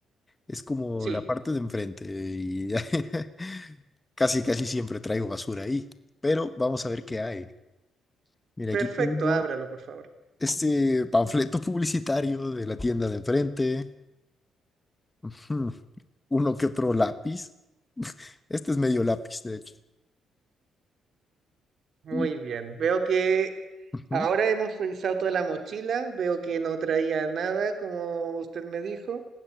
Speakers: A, on the left; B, on the right.
A: Es como
B: Sí,
A: la parte de enfrente y ya <laughs> casi, casi siempre traigo basura ahí. Pero vamos a ver qué hay. Mira, aquí
B: perfecto,
A: tengo
B: ábralo, por favor.
A: este panfleto publicitario de la tienda de enfrente. <laughs> Hmm, Uno que otro lápiz. Este es medio lápiz, de hecho.
B: Muy
A: Y-
B: bien. Veo que
A: Ujú,
B: ahora hemos revisado toda la mochila, veo que no traía nada, como usted me dijo.